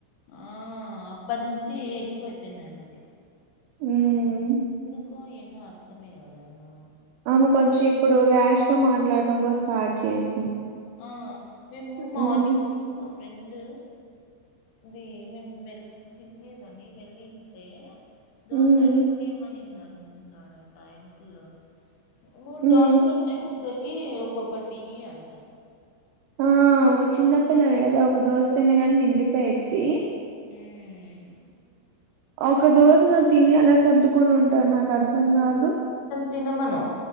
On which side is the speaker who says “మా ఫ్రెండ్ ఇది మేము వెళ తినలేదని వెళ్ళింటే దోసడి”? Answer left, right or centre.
Left